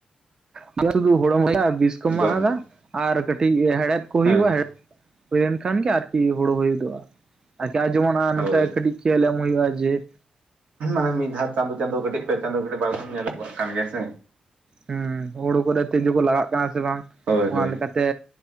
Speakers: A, on the right (about 30°); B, on the right (about 80°).
A: ᱢᱟᱱᱮ ᱥᱩᱫᱷᱩ ᱦᱳᱲᱳᱢ <inaudible> ᱵᱤᱥ ᱠᱚ ᱢᱟᱜ
B: ᱵᱟᱝ
A: ᱟᱫᱟ
B: ᱵᱟᱝ
A: ᱟᱨ ᱠᱟᱹᱴᱤᱡ ᱦᱮᱲᱦᱮᱫ ᱠᱚ
B: ᱦᱮᱸ
A: ᱦᱳᱭᱳᱜᱼᱟ
B: ᱦᱮᱸ
A: ᱦᱮᱹ ᱦᱳᱭᱮᱱ ᱠᱷᱟᱱ ᱜᱮ ᱟᱨᱠᱤ ᱦᱳᱲᱳ ᱦᱳᱭ ᱦᱚᱫᱚᱜᱼᱟ ᱾ ᱟᱨᱠᱤ ᱟᱨ ᱡᱮᱢᱚᱱ ᱟᱨ
B: ᱦᱳᱭ
A: ᱱᱚᱛᱮ ᱠᱟᱹᱴᱤᱡ ᱠᱷᱤᱭᱟᱹᱞ ᱮᱢ ᱦᱩᱭᱩᱜᱼᱟ ᱡᱮ ᱮᱜ
B: ᱟ ᱢᱤᱫ ᱫᱷᱟᱛ ᱪᱟᱸᱫᱳ ᱪᱟᱸᱫᱳ ᱠᱟᱹᱴᱤᱡ ᱯᱮ ᱪᱟᱸᱫᱳ ᱠᱟᱹᱴᱤᱡ ᱵᱟᱨ ᱫᱷᱟᱢ ᱧᱮᱞ ᱟᱹᱜᱩᱣᱟᱜ ᱠᱟᱱ ᱜᱮᱭᱟ ᱥᱮ᱾
A: ᱦᱩᱸ ᱦᱩᱲᱩ ᱠᱚᱨᱮ ᱛᱤᱡᱩ ᱠᱚ ᱞᱟᱜᱟᱜ ᱠᱟᱱᱟ ᱥᱮ ᱵᱟᱝ
B: ᱦᱳᱭ ᱦᱳᱭ
A: ᱚᱱᱟ ᱞᱮᱠᱟᱛ ᱛᱮ